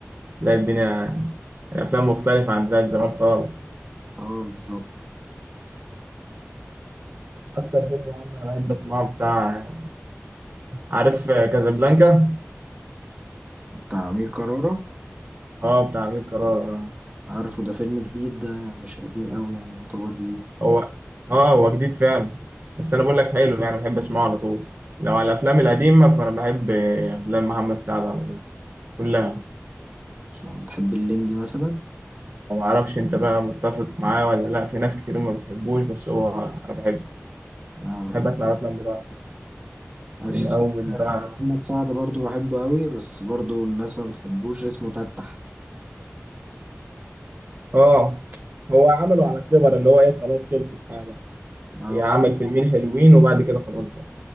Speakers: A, on the right; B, on the right.
A: تلاقي الدنيا الأفلام مختلفة عن بتاعت زمان خالص
B: اه بالظبط
A: أكتر فيلم يا عم أنا بحب أسمعه بتاع عارف كازابلانكا؟
B: بتاع امير كرارة
A: أه بتاع أمير كرارة آه.
B: عارفه ده فيلم جديد ده مش قديم قوي يعني يعتبر جديد
A: هو أه هو جديد فعلا بس أنا بقول لك حلو يعني بحب أسمعه على طول لو على الأفلام القديمة فأنا بحب أفلام محمد سعد على طول كلها
B: لما بتحب الليمبي مثلا
A: ومعرفش أنت بقى متفق معاه ولا لأ في ناس كتير ما بتحبوش بس هو أنا بحبه
B: اه بحب
A: بحب أسمع الأفلام بتاعته
B: انا
A: من
B: في فيلم
A: اول
B: آه،
A: بقى
B: محمد سعد برضه بحبه قوي بس برضه الناس ما بتحبوش اسمه تتح
A: اه هو عمله على كبر اللي هو ايه خلاص خلصت بقى بقى.
B: اه
A: هي عمل فيلمين حلوين وبعد كده خلاص بقى